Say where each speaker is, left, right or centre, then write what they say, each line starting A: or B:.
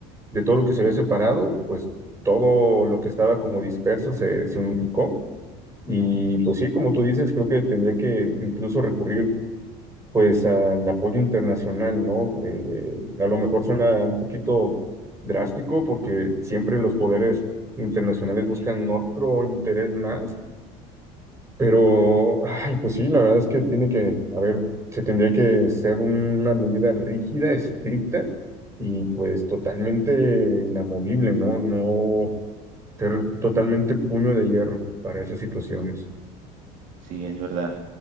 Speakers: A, on the right; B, on the right.
A: de todo lo que se había separado, pues todo lo que estaba como disperso se, se unificó. Y pues sí, como tú dices, creo que tendría que incluso recurrir pues al apoyo internacional, ¿no? Eh, a lo mejor suena un poquito drástico porque siempre los poderes internacionales buscan otro interés más, pero, ay, pues sí, la verdad es que tiene que, a ver, se tendría que ser una medida rígida, estricta y pues totalmente inamovible, ¿no? No ser totalmente puño de hierro para esas situaciones.
B: Sí, es verdad.